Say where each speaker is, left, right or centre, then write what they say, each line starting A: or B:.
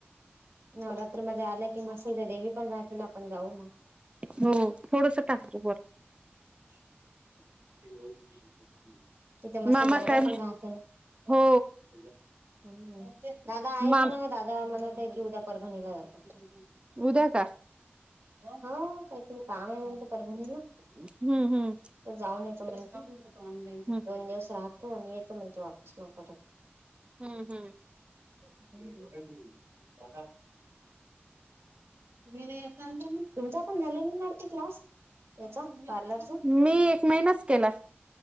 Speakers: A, on the right; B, on the right.
A: नवरात्रमध्ये आल्या की मस्त एकदा देवी पण राहते ना आपण जाऊ मग.
B: हो थोडस टाक तू वर.
A: <inaudible> तिथे मस्त
B: मामा
A: गरबा
B: काय
A: पण राहते ना. हम्म,
B: हो
A: दादा आहेत
B: मा
A: ना. दादा म्हणत आहे की उद्या परभणीला जातो.
B: उद्या का?
A: हो काय तरी काम आहे म्हणे ते परभणीला.
B: हम्म हम्म
A: जाऊन यायचं म्हणते, दोन
B: हम्म
A: दिवस राह हो, मी येतो म्हणते वापस मग परत.
B: हम्म हम्म.
A: <inaudible> <unintelligible> तुमचा पण झालेनी वाटती क्लास याचा पार्लर चा?
B: मी एक महिनाच केला.